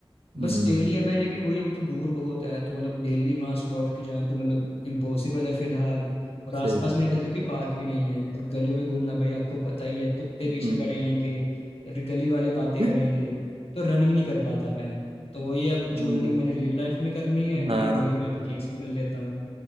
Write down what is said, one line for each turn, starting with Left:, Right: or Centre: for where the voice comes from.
Right: हम्म
Left: बस स्टेडियम है लेकिन वही है, वो तो दूर बहुत है तो मतलब डेली वहां सुबह उठ के जाना तो मतलब इम्पॉसिबल है फिलहाल और आसपास
Right: सही बात
Left: मेरे घर के कोई पार्क भी नहीं है और गलियों में घूमना भाई आपको पता ही है कुत्ते
Right: हम्म
Left: पीछे पड़े आएंगे या फिर गली वाले बातें
Right: <laughs>
Left: करेंगे तो रनिंग नहीं कर पाता मैं तो वही अब
Right: हम्म,
Left: जो रनिंग मैंने रियल लाइफ में करनी है
Right: हाँ
Left: भाई वही मैं अब गेम्स में कर लेता हूँ।